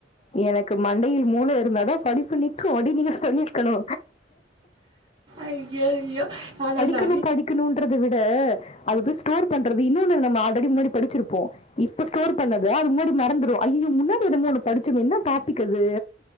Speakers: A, on the left; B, on the right.
A: எனக்கு மண்டையில் மூள இருந்தாதா படிப்பு நிக்கு அப்டி நீங்க சொல்லிருக்கணு
B: ஐய்யோ ஐயோ ஆனா நா
A: க்குனு படிக்கணுன்றத விட அதுக்கு ஸ்டோர் பண்றது இன்னொன்னு நம்ம ஆல்ரெடி முன்னாடி படிச்சிருப்போ இப்ப ஸ்டோர் பண்ணது அது முன்னாடி மறந்து டு ஐய்யோ முன்னாடி என்னமோ ஒன்னு படுச்சது என்ன டாபிக் அது